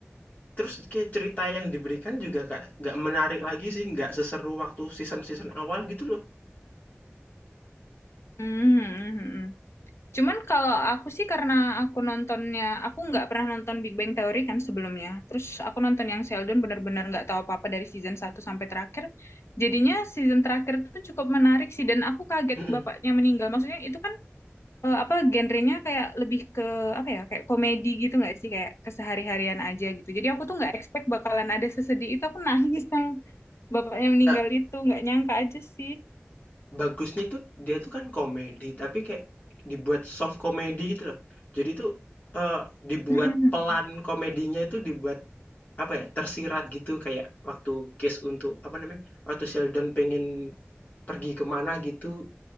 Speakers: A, on the left (about 35°); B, on the left (about 75°).
A: Terus kayak cerita yang diberikan juga nggak nggak menarik lagi sih, nggak seseru waktu season-season awal gitu loh.
B: Hmm. Cuman kalau aku sih karena aku nontonnya, aku nggak pernah nonton Big Bang Theory kan sebelumnya. Terus aku nonton yang Sheldon benar-benar nggak tahu apa-apa dari season satu sampai terakhir. Jadinya season terakhir itu cukup menarik sih dan aku kaget
A: Mhm.
B: bapaknya meninggal. Maksudnya itu kan eh, apa genrenya kayak lebih ke apa ya? Kayak komedi gitu nggak sih? Kayak kesehari-harian aja gitu. Jadi aku tuh nggak expect bakalan ada sesedih itu. Aku <laughs> nangis yang bapaknya meninggal
A: Eee,
B: itu nggak nyangka aja sih.
A: bagusnya tuh dia tuh kan komedi, tapi kayak dibuat soft komedi gitu loh. Jadi tuh, eee, dibuat
B: Mm-mm.
A: pelan komedinya itu dibuat, apa ya, tersirat gitu kayak waktu case untuk apa namanya, waktu Sheldon pengen pergi kemana gitu,